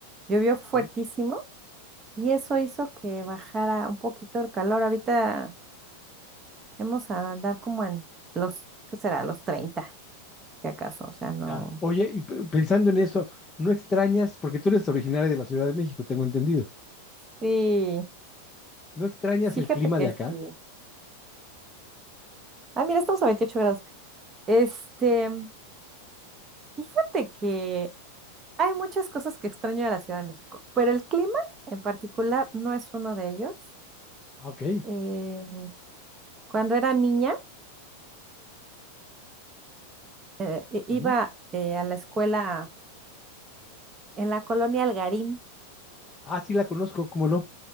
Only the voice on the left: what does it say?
sí,
ya. Oye, y pe- pensando en eso, ¿no extrañas, porque tú eres originaria de la Ciudad de México, tengo entendido,
¿no extrañas
el clima
de acá?
Ah, ok.
ujú.
Ah, sí la conozco, ¿cómo no?